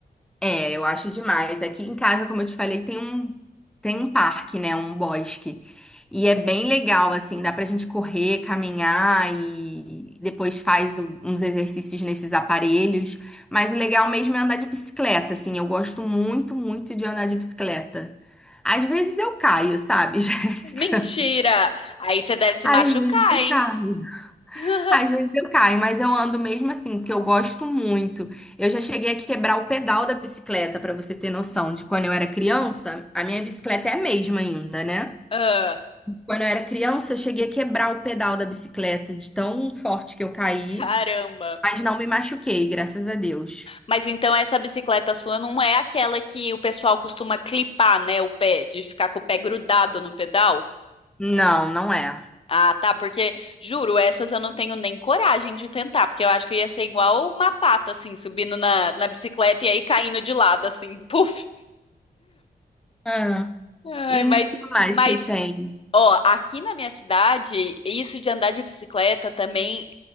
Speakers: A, in the centre; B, on the left (about 35°).
A: É, eu acho demais. Aqui em casa, como eu te falei, tem um, tem um parque, né? Um bosque. E é bem legal, assim, dá pra gente correr, caminhar e depois faz o- uns exercícios nesses aparelhos. Mas o legal mesmo é andar de bicicleta, assim. Eu gosto muito, muito de andar de bicicleta. Às vezes eu caio, sabe, <laughs> Jéssica?
B: Mentira! Aí você deve se
A: Às
B: machucar,
A: vezes eu
B: hein?
A: caio.
B: <laughs>
A: Às vezes eu caio, mas eu ando mesmo assim, porque eu gosto muito. Eu já cheguei a quebrar o pedal da bicicleta, pra você ter noção de quando eu era criança, a minha bicicleta é a mesma ainda, né?
B: Ah,
A: Quando eu era criança, eu cheguei a quebrar o pedal da bicicleta de tão forte que eu caí,
B: caramba.
A: mas não me machuquei, graças a Deus.
B: Mas então essa bicicleta sua não é aquela que o pessoal costuma clipar, né, o pé, de ficar com o pé grudado no pedal?
A: Não, não é.
B: Ah, tá, porque juro, essas eu não tenho nem coragem de tentar, porque eu acho que ia ser igual uma pata, assim, subindo na, na bicicleta e aí caindo de lado, assim, <laughs> puf.
A: Ah,
B: Ai,
A: E
B: mas,
A: o que mais
B: mas,
A: que tem?
B: ó, aqui na minha cidade, isso de andar de bicicleta também